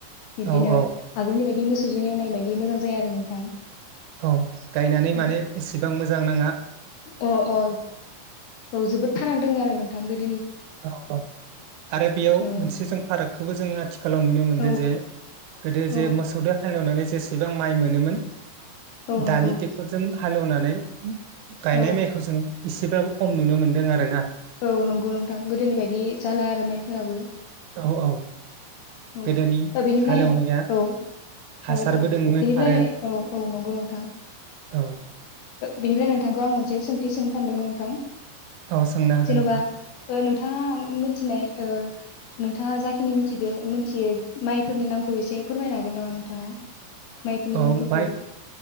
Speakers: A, on the left; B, on the right.
A: बिबदिनो
B: औ औ
A: आगोलनि बायदि मोस मोसौजों एवनाय बायदि मोजां जाया आरो नोंथां
B: औ गायनानै
A: औ
B: माने एसेबां मोजां नांङ
A: अ अ औ जोबोद थानांदों आरो नों थांगोन
B: औ औ आरो बेयाव
A: औ
B: मोनसे जों फारागखौबो जों आथिखालाव नुनो मोनदों
A: औ
B: जे गोदो जे
A: औ
B: मोसौजों हालेवनानै जो जेसेबां माइ मोनोमोन
A: औ नंगौ
B: दानि ट्रेक्टरजों हालेवनानै गायनाय
A: औ
B: माइखौ जों इसेबाबो खम नुनो मोनदों आरो ना
A: औ नंगौ नोंथां गोदोनि बायदि जाला आरो माइफोराबो
B: औ औ
A: औ
B: गोदोनि
A: बेनिफ्राय
B: हालेवनाया
A: औ औ
B: हासारबो
A: औ
B: दोंमोन
A: बेनिफ्राय
B: आरो
A: औ औ नंगौ नोंथां
B: औ
A: बेनिफ्राय नोंथांखौ आं मोनसे सोंथि सोंनो सानदोंमोन नोंथां
B: औ सोंनो हागोन
A: जेन'बा
B: नोंथां
A: ओ नोंथाङा मिथिनाय ओ नोंथाङा जाखिनि मिथिदों मिथियो माइफोरनि नामखौ एसे फोरमायनो हागोन नामा नोंथाङा माइफोरनि
B: औ
A: मुंफोरखौ
B: माइ